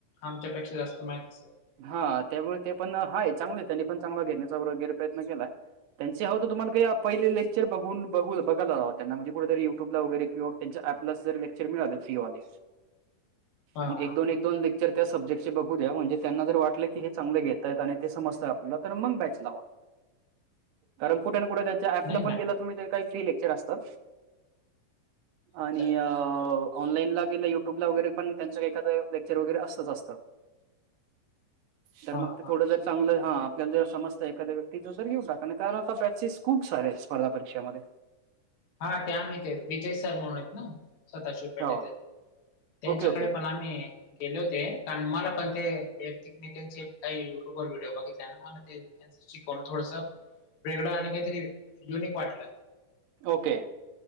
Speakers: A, on the left; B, on the right.
A: आमच्यांपेक्षा जास्तं माहीती असेल
B: हां त्यामुळें ते पणं हांय चांगले त्यांनी पणं चांगला घेण्यांचा वगैरें प्रयत्नं केलांय त्यांचे अहो तरं तुम्हांला कांहीं पहिले लेक्चर बघूंन ब बघां त्यांना म्हणे कुठेतरी युट्यूब लां वगैरें किंवा त्यांच्या ऍपला जे लेक्चर्स मिळालं फीवाले
A: <unintelligible>
B: मगं एक
A: हा
B: दोन एक दोन लेक्चर त्यां सब्जेक्टचे बघूं द्या म्हणजे त्यांना जरं वाटलं की हे चांगला घेतायेतं आणि ते समजतं आपणं तरं मगं बॅच लावां कारणं कुठे कुठे त्यां ऍपला
A: नाही
B: पणं
A: ना
B: गेलां तुम्हीं कांहीं फ्री लेक्चर्स असतं
A: अच्छा
B: आणि ऑनलाईनलां गेलं युट्यूंब लां वगैरें पणं त्यांचं एखादं लेक्चर वगैरें असतंच असतं तरं
A: हा
B: मगं ते
A: हा
B: थोडं जरी चांगलं हा आपल्याला ज समस्त एखांद्या्यक्तीचं तरं घेऊन टाकां कारणं आंता बॅचेस खूंप सारे स्पर्धा परीक्षांमध्ये
A: हां त्यां आम ते विजय सरं म्हणूंन आहेतं नां स्वंतः शिपेटेत
B: हो
A: त्यांच्याकडे
B: ओके ओके
A: पणं गेले होते कां मलां पणं ते व त्यांचे कांहीं युट्यूंबर व्हिडिओ बघितल्या मलां त्यांच शिकवणं थोडसं वेगळं आणि कांहीं तरी युनिक वाटलं
B: ओके